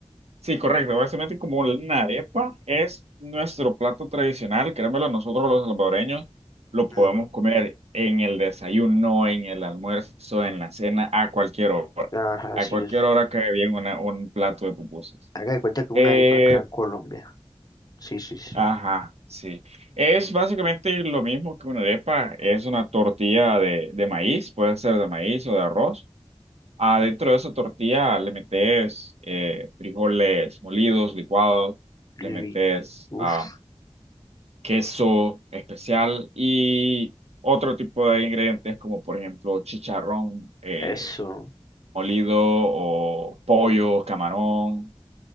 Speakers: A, on the right (about 85°); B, on the left (about 40°).
A: Sí, correcto. Básicamente como una arepa es nuestro plato tradicional, créemelo, nosotros los salvadoreños lo podemos
B: Mm,
A: comer en el desayuno, en el almuerzo, en la cena, a cualquier hora.
B: Ajá,
A: A
B: sí
A: cualquier
B: es.
A: hora cae bien una- un plato de pupusas.
B: Haga de cuenta que una
A: Eh,
B: arepa acá en Colombia. Sí, sí, sí.
A: ajá, sí. Es básicamente lo mismo que una arepa, es una tortilla de, de maíz, puede ser de maíz o de arroz. Adentro
B: Ujú.
A: de esa tortilla le metes eh, frijoles molidos, licuados, le
B: Li-
A: metes
B: Uf,
A: ah, queso especial y otro tipo de ingredientes como por ejemplo chicharrón eh,
B: eso.
A: molido o pollo, camarón,